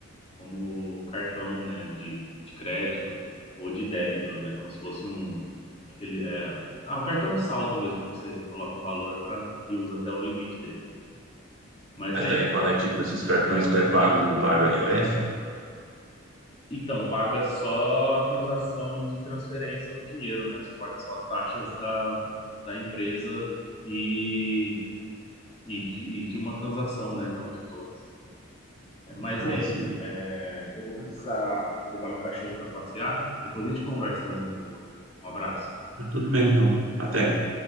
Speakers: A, on the left; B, on the right.
A: como cartão, né, de, de crédito ou de débito, né, como se fosse um aquele é, ah, um cartão de saldo mesmo, que você coloca um valor para e usa até o limite dele. Mas,
B: Mas
A: hein,
B: daí quando é tipo esses cartões pré-pagos não pagam a IOF?
A: Então, paga só a transação de transferência do dinheiro, né? Você paga só as taxas da, da empresa e, e, de, e de uma transação, né? Não de todas. É, mas,
B: Ah,
A: hein,
B: sim.
A: é, eu vou precisar levar meu cachorro para passear. Depois a gente conversa mais um pouco. Um abraço.
B: Ah, Tudo bem, então. Até.